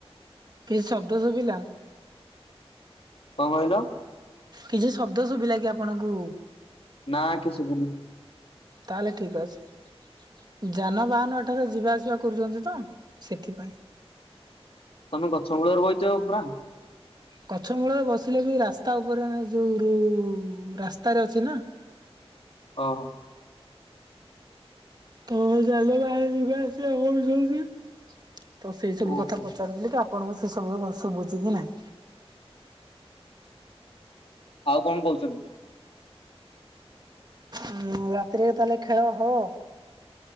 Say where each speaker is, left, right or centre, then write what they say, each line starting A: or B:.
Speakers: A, on the right; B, on the left.
A: କିଛି ଶବ୍ଦ ଶୁଭିଲା।
B: କଣ କହିଲ।
A: କିଛି ଶବ୍ଦ ଶୁଭିଲା କି ଆପଣଙ୍କୁ
B: ନା- କି ସବୁନି।
A: ତାହେଲେ ଠିକ୍ ଅଛି ଯାନବାହାନ ଏଠାରେ ଯିବା ଆସିବା କରୁଛନ୍ତି ତ ସେଥିପାଇଁ।
B: ତମେ ଗଛ ମୂଳରେ ବଇଚ ପୁରା।
A: ଗଛ ମୂଳରେ ବସିଲେ ବି ରାସ୍ତା ଉପରେ ମାନେ ଯୋଉ-ଋ ରାସ୍ତାରେ ଅଛି ନା।
B: ଅ-ହ
A: ତମର ଯାନ ବାହାନ ଯିବା ଆସିବା କରୁଛନ୍ତି। ତ ସେଇ ସବୁ
B: ଓହୋ
A: କଥା ପଚାରୁଥିଲ କି ଆପଣଙ୍କୁ ସେ ସବୁ ସୁବୁଛି କି ନାଇଁ।
B: ଆଉ କଣ କହୁଛନ୍ତି।
A: ଆଉ ରାତିରେ ତାହେଲେ ଖେଳ ହ